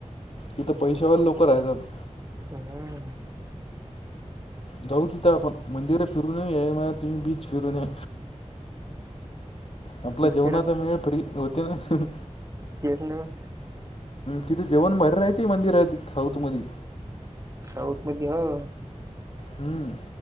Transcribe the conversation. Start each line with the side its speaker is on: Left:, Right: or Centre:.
Left: तिथं पैसे वाली लोक राहतात
Right: हम्म
Left: जाऊ तिथ आपण मंदिर फिरून येऊ या म्ह तुम्ही बीच फिरू या आपला
Right: पिक्चरात
Left: जेवणाचा मेळ फ्री होते ना
Right: केस ना म
Left: तिथे जेवण, भारी राहते मंदिरात साऊथ मध
Right: साऊथमध्येध्ये ह
Left: हम्